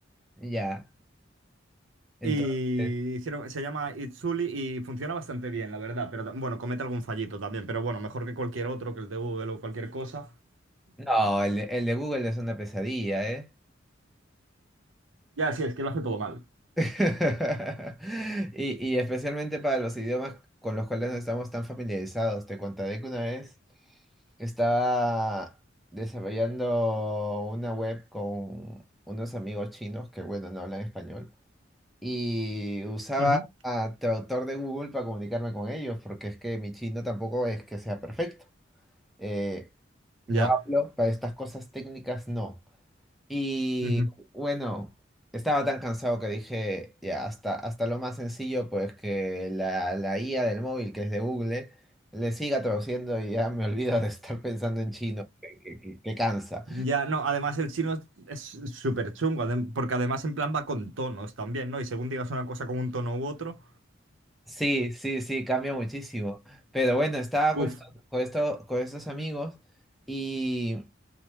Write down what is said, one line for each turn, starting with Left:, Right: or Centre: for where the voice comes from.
Centre: Ya. Entonces,
Right: Y hicieron, se llama Itzuli y funciona bastante bien, la verdad, pero ta- bueno, comete algún fallito también, pero bueno, mejor que cualquier otro, que el de Google o cualquier cosa.
Centre: no, el, de el de Google es una pesadilla, ¿eh?
Right: Ya, sí, es que lo hace todo mal.
Centre: <laughs> Y, y especialmente para los idiomas con los cuales no estamos tan familiarizados. Te contaré que una vez estaba desarrollando una web con unos amigos chinos que, bueno, no hablan español. y usaba
Right: Ujú.
Centre: a traductor de Google para comunicarme con ellos, porque es que mi chino tampoco es que sea perfecto. Eh, lo
Right: Ya.
Centre: hablo, para estas cosas técnicas no. Y
Right: Ujú.
Centre: bueno, estaba tan cansado que dije, ya, hasta, hasta lo más sencillo, pues que la, la IA del móvil, que es de Google, le siga traduciendo y ya me <laughs> olvido de estar pensando en chino, que, que que- que cansa.
Right: Ya, no, además el chino es súper chungo, adem- porque además en plan va con tonos también, ¿no? Y según digas una cosa con un tono u otro,
Centre: Sí, sí, sí, cambia muchísimo. Pero bueno, estaba
Right: uff,
Centre: con esto- con esto- con estos amigos y